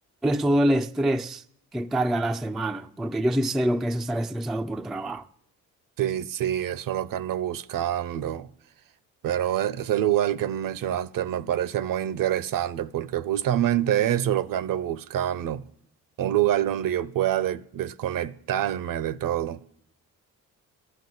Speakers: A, in the centre; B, on the right (about 55°).
A: todo el estrés que carga la semana, porque yo sí sé lo que es estar estresado por trabajo.
B: Sí, sí, eso es lo que ando buscando. Pero e- ese lugar que mencionaste me parece muy interesante porque justamente eso es lo que ando buscando. Un lugar donde yo pueda de- desconectarme de todo.